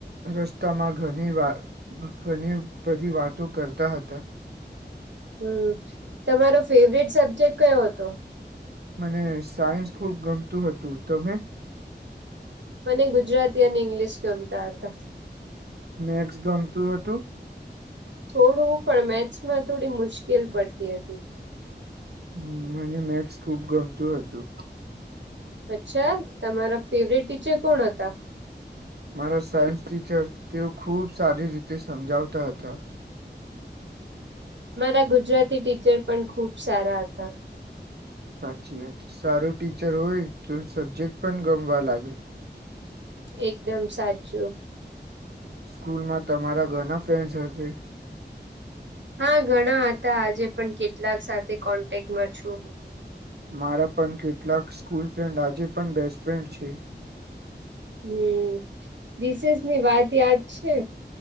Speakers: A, on the right; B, on the right.
A: રસ્તામાં ઘણી વા ઘણી બધી વાતો કરતા હતા
B: હમ તમારો ફેવરેટ સબ્જેક્ટ કયો હતો
A: મને સાયન્સ ખૂબ ગમતું હતું તમે
B: મને ગુજરાતી અને ઇંગ્લિશ ગમતા હતા
A: મેકટસ ગમતું હતું
B: થોડું પણ મેથ્સમાં થોડી મુશ્કેલ પડતી હતી
A: હ મને મેક્સ ખૂબ ગમતું હતું
B: અચ્છા તમારા ફેવિરેટ ટીચર કોણ હતા
A: મારા સાયન્સ ટીચર તેઓ ખૂબ સારી રીતે સમજાવતા હતા
B: મારા ગુજરાતી ટીચર પણ ખુબ સારા હતા
A: સાચી વાત સારું ટીચર હોય તો સબ્જેક્ટ પણ ગમવા લાગે
B: એકદમ સાચુ
A: સ્કૂલમાં તમારા ઘણા ફ્રેન્ડ્સ હશે
B: હા ઘણા હતા આજે પણ કેટલાક સાથે કોન્ટેક્ટમાં છું.
A: મારા પણ કેટલાક સ્કૂલ ફ્રેન્ડ આજે પણ બેસ્ટફ્રેન્ડ છે.
B: હમ વિશેષ ની વાત યાદ છે.